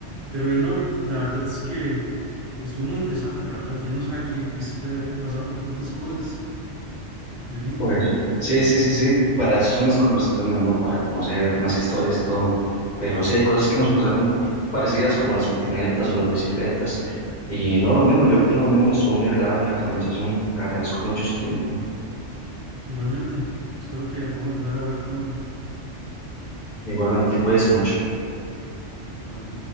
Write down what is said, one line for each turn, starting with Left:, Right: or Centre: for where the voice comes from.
Right: Pero y no, la verdad es que estuvo muy interesante, la verdad. Yo no sabía que, que usted había pasado por tantas cosas de niño.
Left: Pues eh, sí, sí, sí, sí, para eso son las conversaciones, ¿no? Para conocer más historias y todo. Pero sí hay cosas que nos pasaron parecidas, como las patinetas o las bicicletas. Y no, lo mismo, yo opino lo mismo, estuvo muy agradable la conversación. Agradezco mucho su tiempo.
Right: Igualmente, espero que podamos volver a hablar pronto.
Left: Igualmente, cuídese mucho.
Right: Bueno.